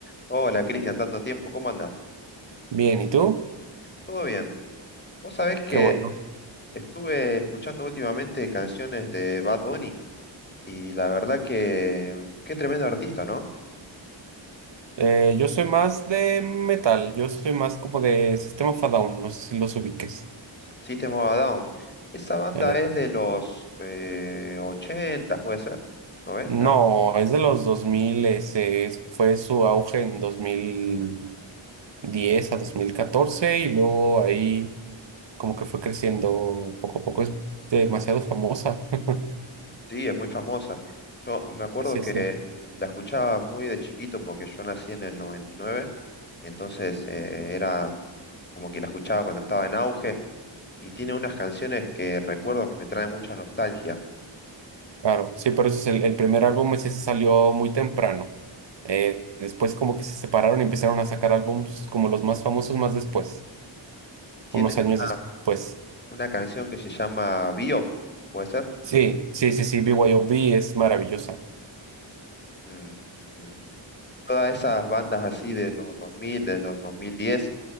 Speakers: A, on the left; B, on the right.
A: Hola Cristian, tanto tiempo, ¿cómo andás?
B: Bien, ¿y tú?
A: ¿Todo bien? Vos sabés que
B: Qué bueno.
A: estuve escuchando últimamente canciones de Bad Bunny y la verdad que qué tremendo artista, ¿no?
B: Eh, yo soy más de metal, yo soy más como de Sistema of a Down, no sé si los ubiques.
A: System of a Down. Esa banda
B: Eh,
A: es de los eh, 80, puede ser, 90.
B: no, es de los dos mil ese es- fue su auge en dos mil diez a 2014 y luego ahí como que fue creciendo poco a poco, es demasiado famosa. <laughs>
A: Sí, es muy famosa. Yo me acuerdo
B: Sí, sí,
A: que
B: sí,
A: la escuchaba muy de chiquito porque yo nací en el 99, entonces eh, era como que la escuchaba cuando estaba en auge. y tiene unas canciones que recuerdo que me traen mucha nostalgia.
B: claro. Sí, pero eso es el, el primer álbum ese se salió muy temprano. Eh, después como que se separaron y empezaron a sacar álbumes como los más famosos más después.
A: Tienen
B: unos años
A: una,
B: después.
A: una canción que se llama Biop, ¿puede ser?
B: Sí, sí, sí, sí, B Y O B es maravillosa.
A: Mm, mm. Todas esas bandas así de los 2000, de los 2010,